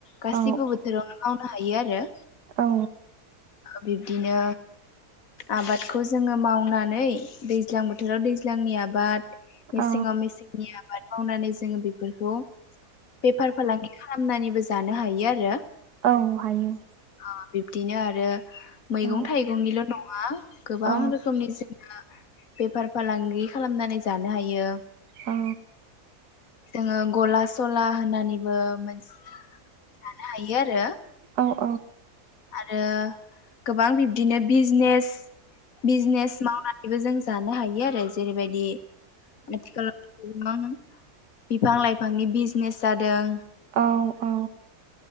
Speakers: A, on the left; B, on the right.
A: गासिबो
B: औ
A: बोथोरावनो मावनो हायो आरो।
B: औ
A: बिब्दिनो आबादखौ जोङो मावनानै दैज्लां बोथोराव दैज्लांनि आबाद। मेसेंआव
B: औ
A: मेसेंनि आब आबाद मावनानै जोङो बेफोरखौ। बेेफार फलांगि। खालामनानैबो जानो हायो आरो
B: औ हायो।
A: अ बिब्दिनो आरो। मैगं
B: औ
A: थायगंनिल नङा गोबां
B: औ
A: रोखोमनि जों <unintelligible> बेफार फालांगि खालामनानै जानो हायो।
B: औ
A: जोङो गला सला होनानैबो मोनस जानो हायो आरो।
B: औ उम औ औ औ।
A: आरो गोबां बिब्दिनो बिजनेस बिजनेस मावनानैबो जों जानो हायो आरो। जेरैबायदि। आथिखालाव गोबां बिफां लाइफ फांनि बिजनेस जादों।
B: औ औ